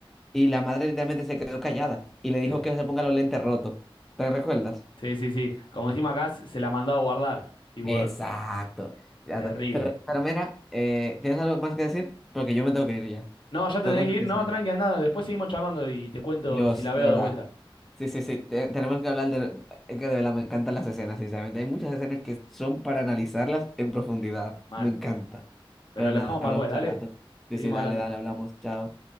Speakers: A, in the centre; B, on the left.
A: y la madre literalmente se quedó callada y le dijo
B: Sí,
A: que se ponga los lentes rotos. ¿Te recuerdas?
B: sí, sí, sí. Como decimos acá, se la mandó a guardar. <laughs> Tipo,
A: Exacto.
B: es eh,
A: Ya
B: terrible.
A: te- Pero, pero mira, eh, ¿tienes algo más que decir? Porque yo me tengo que ir ya.
B: No, ya te
A: Tengo
B: tenés
A: cosas
B: que ir.
A: que
B: No,
A: hacer acá.
B: tranqui, andá. Después seguimos charlando y te cuento
A: Dios,
B: si la veo
A: de verdad.
B: de vuelta.
A: Sí, sí, sí, te- tenemos que hablar de... Es que de verdad me encantan las escenas, sinceramente. Hay muchas escenas que son para analizarlas en profundidad.
B: Mal.
A: Me encanta.
B: Pero
A: Pero nada,
B: lo dejamos
A: hablamos
B: para después, dale.
A: al rato. Sí,
B: Seguimos
A: sí, dale,
B: hablando.
A: dale, hablamos. Chao.